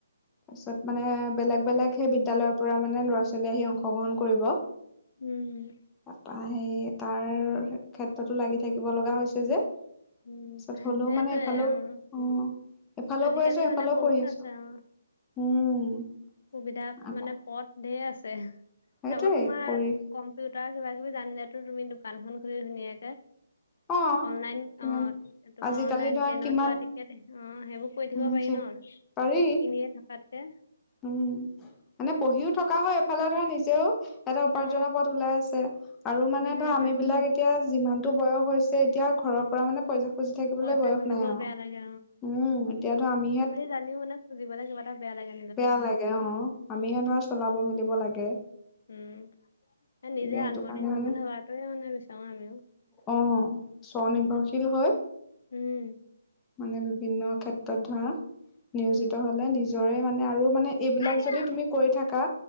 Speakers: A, on the left; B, on the left.
A: তাৰপিছত মানে বেলেগ বেলেগ সেই বিদ্যালয়ৰ পৰা মানে ল'ৰা ছোৱালী আহি অংশগ্ৰহণ কৰিব।
B: উম হম।
A: ত সেই তাৰ ক্ষেত্ৰতো লাগি থাকিব লগা হৈছে যে। তাৰ পিছত
B: উম
A: হ'লেও
B: সেইটোৱে
A: মানে এইফালেও
B: উম
A: অ। এফালেও
B: আজিকালি
A: কৰি আছো হেফালেও
B: মানে বহুত
A: কৰি আছো
B: আছে অ
A: উম।
B: সুবিধা
A: আকৌ
B: মানে পথ ধে আছে
A: সেইটোৱে
B: আগৌ তোমাৰ
A: কৰি
B: কম্পিউ। তাৰ কিবা কিবি জানিলেতো তুমি দোকানখন খুলি ধুনীয়াকে।
A: অ
B: অনলাইন
A: কিমান
B: অ তোমাৰ
A: আজিকালি
B: অনলাইন
A: ধৰা
B: ট্ৰেইনত
A: কিমান
B: দুৱা টিকেট। অ সেইবোৰ কৰি থাকিব
A: উম
B: পাৰি
A: সেই
B: ন
A: পাৰি
B: ইনেয়ে থকাতকে।
A: উম মানে পঢ়িও থকা হয় এফালে ধৰা নিজেও। এটা উপাৰ্জনৰ
B: অ
A: পথ ওলাই আছে আৰু মানে
B: উম সেইটোৱে
A: ধৰ আম বিলাক এতিয়া যিমানতটো বয়স হৈছে। এতিয়া ঘৰৰ পৰা মানে পইচা খুজি থাকিবলৈ
B: পইচা
A: বয়স
B: খুজিবও
A: নাই আৰু
B: বেয়া লাগে
A: উম এতিয়া ধৰ আমিহে।
B: জানি মানে খুজিবলৈ কিবাটা বেয়ালাগে।
A: বেয়া লাগে অ আমিহে ধৰা চলাব মেলিব লাগে।
B: উম
A: গতিকে
B: নিজে আত্মনিৰ্ভৰশে
A: সেইটো কাৰণে মানে
B: হোৱাটোৱে মানে বিচাৰো আমিও।
A: অ স্বনিৰ্ভৰশীল হয়।
B: উম,
A: মানে বিভিন্ন ক্ষেত্ৰত ধৰা নিয়োজিত
B: উম,
A: হলে নিজৰে মানে আৰু। মানে এইবিলাক
B: অ',
A: যদি তুমি কৰি থকা